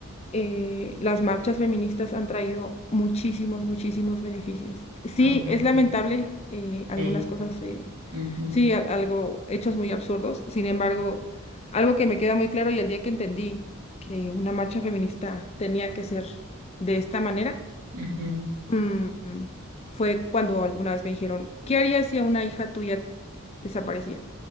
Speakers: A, on the left; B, on the right.
A: eh, las marchas feministas han traído muchísimos, muchísimos beneficios. Sí,
B: Ok,
A: es lamentable eh, algunas
B: sí.
A: cosas, eh,
B: Ujú,
A: sí, al- algo, hechos muy absurdos. Sin embargo, algo que me queda muy claro y el día que entendí que una marcha feminista tenía que ser de esta manera,
B: ujú.
A: mm, fue cuando alguna vez me dijeron, ¿qué harías si a una hija tuya desapareciera?